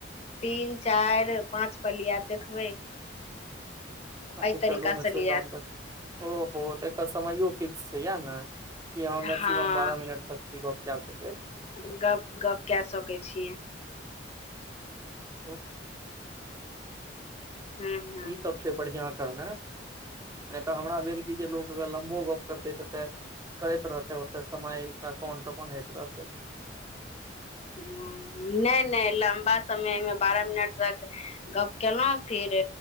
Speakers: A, on the left; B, on the right.
A: तीन चारि पाँच पलिया देखबै एहि
B: अच्छा चलू
A: तरीका
B: ने
A: से लियात
B: छै त <unintelligible> ओहो तऽ एकर समयो फिक्स छै याह ने कि
A: हँ
B: मैक्सिमम बारह मिनट <unintelligible> छी गप कए सकैत
A: हुनका गप कए सकै छियै
B: ओ
A: हूँ हूँ
B: ई सब छै बढ़िआँ करनाइ नहि तऽ हमरा भेल कि जे लोक अगर लम्बो गप करतै तऽतेऽ करैत रहतै ओते समय कोन त कोन होइत रहतै
A: हू नहि नहि लम्बा समय मे बारह मिनट तक गप केलौं फिर